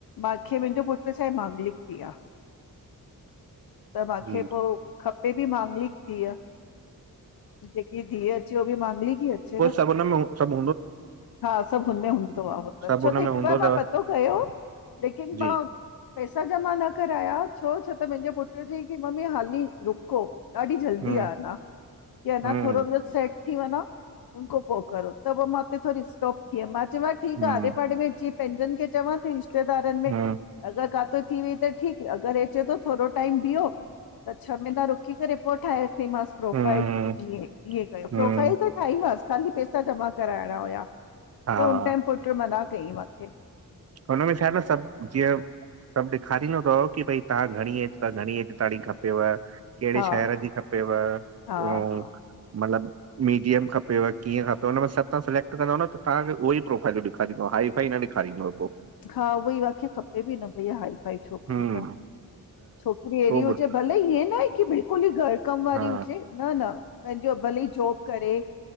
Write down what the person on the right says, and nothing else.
जी
हो सभ उन में सभ
सभु
हुन
में
हूंदो
अथव
जी
हम्म
हम्म
हम्म
हम्म
हम्म
हम्म
हा
हुनमें छाहे न, सभु जीअं सभु ॾेखारींदो तव की भई तव्हां ऐज तव घणी ऐज किथां जी खपेव, कहिड़े
शहर जी खपेव, अऊं
मतिलब। मीडियम खपेव कीअं खपेव, उनमें सभु तव्हां सिलेक्ट कंदव न तव्हांखे उहो प्रोफाइल खाली दोहाई पई न ॾेखारींदो पोइ।
हम्म
पोइ
ॿु
हा